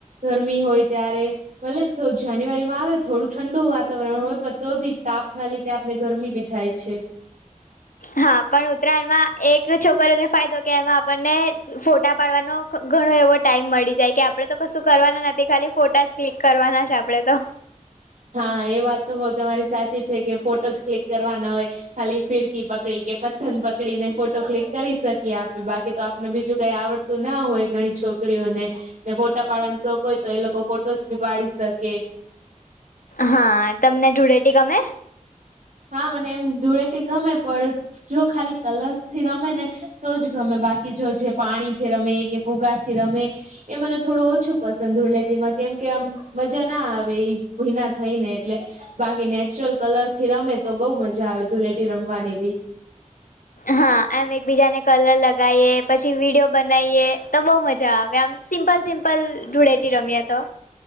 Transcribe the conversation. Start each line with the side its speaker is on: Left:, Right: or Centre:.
Right: ગરમી હોય ત્યારે ભલે તો જાન્યુઆરીમાં આવે થોડું ઠંડુ વાતાવરણ હોય પણ તો બી તાપના લી ધે આપને ગરમી બી થાય છે
Left: હા પણ ઉત્તરાયણમાં એક છોકરોને ફાયદો કે એમાં આપણને ફોટા પાડવાનો ઘણો એવો ટાઈમ મળી જાય કે આપડે તો કશું કરવાના નથી ખાલી ફોટા જ કલિક કરવાના છે આપડે તો
Right: હા એ વાત તો બઉ તમારી સાચી છે કે ફોટો ક્લિક કરવાના હોય ખાલી ફિરકી પકડી કે પ્થંગ પકડીને ફોટો ક્લિક કરી શકીએ કી આપે બાકી તો આપને બીજું કઈ આવડતું ના હોય ઘણી છોકરીઓને ને ફોટા પાડવાનો શોખ હોય તો એ લોકો ફોટોસ ભી પાડી શકે
Left: હા તમને ધૂળેટી ગમે?
Right: હા મને એમ ધૂળેથી ગમે પડ જો ખાલી કલર્સ થી રમે ને તો જ ગમે બાકી જો જે પાણી થી રમે એ કે ઉગૃથી રમે એ મને થોડું ઓછું પસંદ ધૂલેેતીમાં કેમ કે આમ મજા ના આવે એ ભીના થઈ ને એટલે બાકી નેચરલ કલર થી રમે તો બઉુ મજા આવે ધુલેટી રમવાની બી
Left: હા એમ એકબીજાને કલર લગીએ પછી વિડીયો બનાવીએ તો બહુ મજા આવે આમ સિમ્પલ સિમ્પલ ધૂળેટી રમીએ તો